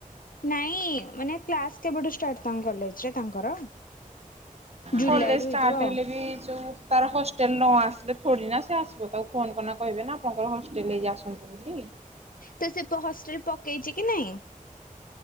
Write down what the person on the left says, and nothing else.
ନାଇଁ ମାନେ କ୍ଲାସ କେବେଠୁ ଷ୍ଟାର୍ଟ ତମ କଲେଜରେ ତାଙ୍କର? ଜୁଲାଇ
ରୁ
ହେଇଥିବ ଆଉ
ତ ସେ ତୋ ହଷ୍ଟେଲ ପକେଇଛି କି ନାହିଁ?